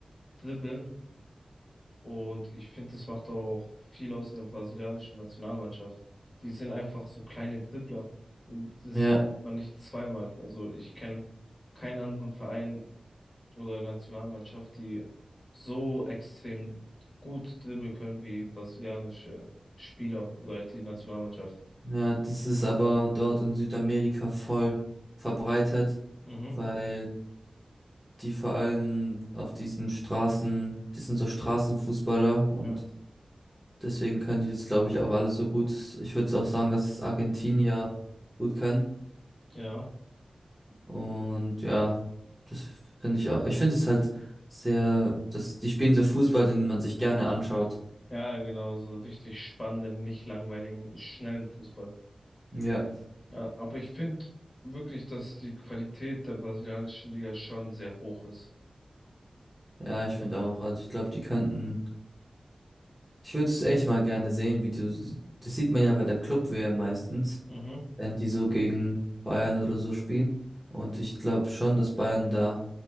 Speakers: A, on the left; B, in the centre.
A: dribbeln Und ich finde, das macht auch viel aus in der brasilianischen Nationalmannschaft. Die sind einfach so kleine Dribbler. Und das
B: Ja,
A: man nicht zweimal. Also ich kenne keinen anderen Verein oder Nationalmannschaft, die so extrem gut dribbeln können wie brasilianische Spieler oder halt die Nationalmannschaft.
B: ja, das ist aber dort in Südamerika voll verbreitet,
A: Mhm.
B: weil die vor allem auf diesen Straßen, das sind so Straßenfußballer und
A: Ja.
B: deswegen können die das, glaube ich, auch alles so gut. Ich würde auch sagen, dass es Argentinier gut können.
A: Ja.
B: Und ja, das finde ich auch. Ich finde es halt sehr, dass die spielen so Fußball, den man sich gerne anschaut.
A: Ja, genau, so richtig spannenden, nicht langweiligen, schnellen Fußball.
B: Ja,
A: Ja, aber ich finde wirklich, dass die Qualität der brasilianischen Liga schon sehr hoch ist.
B: ja, ich finde auch. Also ich glaube, die könnten. Ich würde es echt mal gerne sehen, wie die, so- das sieht man ja bei der Club-WM meistens,
A: Mhm.
B: wenn die so gegen Bayern oder so spielen. Und ich glaube schon, dass Bayern da